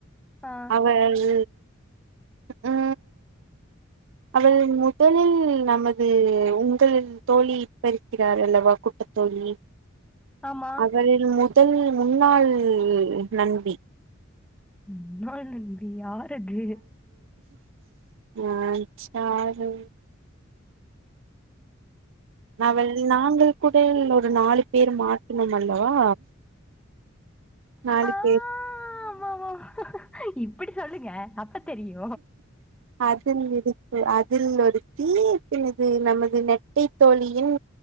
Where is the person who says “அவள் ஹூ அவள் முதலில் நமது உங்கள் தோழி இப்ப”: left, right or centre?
Right